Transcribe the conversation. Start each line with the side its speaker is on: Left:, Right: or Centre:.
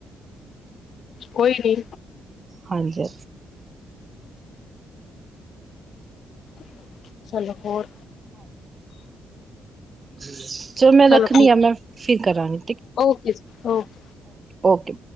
Left: ਕੋਈ ਨੀ।
Right: ਹਾਂਜੀ।
Left: ਹਾਂ। ਚਲੋ ਹੋਰ।
Right: ਹਮ। ਜੋ ਮੈਂ
Left: ਚਲੋ
Right: ਰੱਖਣੀ
Left: ਠੀਕ
Right: ਆ ਮੈਂ ਫਿਰ ਕਰਾਂਗੇ।
Left: Okay okay.
Right: ਓਕੇ।